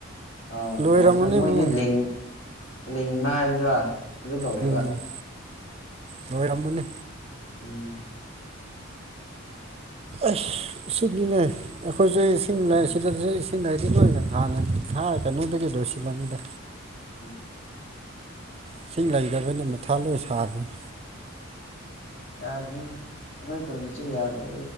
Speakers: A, on the left; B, on the right.
A: ꯑꯥ
B: ꯂꯣꯏꯔꯝꯃꯅꯤ
A: ꯀꯩ ꯍꯥꯏꯁꯤꯔꯦ ꯃꯣꯏꯗꯤ
B: ꯎꯝ
A: ꯂꯤꯡ ꯂꯤꯡꯕ ꯍꯥꯏꯕꯗꯨꯔ ꯑꯗꯨ ꯇꯧꯔꯦꯕ
B: ꯎꯝ ꯂꯣꯏꯔꯝꯃꯅꯤ
A: ꯎꯝ
B: ꯑꯁ ꯁꯤꯡꯗꯤꯅꯦ ꯑꯩꯈꯣꯏꯁꯨ ꯏꯁꯤꯡ
A: ꯎꯝ
B: ꯂꯩ ꯁꯤꯗ ꯁꯤꯁ ꯁꯤꯡ ꯅꯩꯗꯤ ꯂꯣꯏꯅ ꯉꯥꯡꯉꯅꯤ ꯊꯥ ꯀꯩꯅꯣꯗꯒꯤ ꯂꯣꯏꯁꯤꯜꯂꯅꯤꯗ
A: ꯎꯝ
B: ꯏꯁꯤꯡ ꯂꯩꯇꯕꯅ ꯃꯊꯥ ꯂꯣꯏ ꯁꯥꯕꯅꯦ
A: ꯌꯥꯗ꯭ꯔꯦꯅꯦ ꯑꯩꯈꯣꯏ ꯈꯨꯟꯒꯤꯁꯦ ꯌꯥꯗ꯭ꯔꯦ